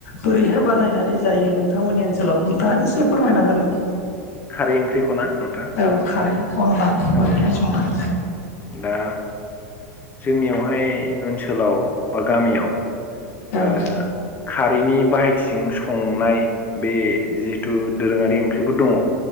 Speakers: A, on the left; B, on the left.
A: बोरैहाय
B: औ
A: बानायनानै जायो नोंथांमोननि ओनसोलाव नोंथाङा एसे फोरमायना होलाय?
B: खारै ओंख्रिखौ ना नोंथा?
A: औ खारै अनला। बोरैहाय
B: औ
A: संनानै
B: औ। दा जोंनियावहाय ओनसोलाव बा गामियाव
A: जायो
B: ओ खारैनि बाहायथिजों संनाय बे जिहेथु दोरोङारि ओंख्रिफोर दङ